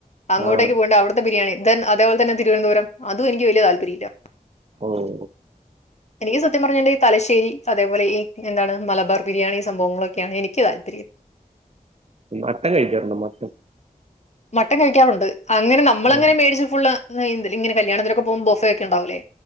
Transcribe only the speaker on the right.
ആഹ്
ഓഹ്
മട്ടൻ കഴിക്കാറുണ്ടോ മട്ടൻ?
ഉം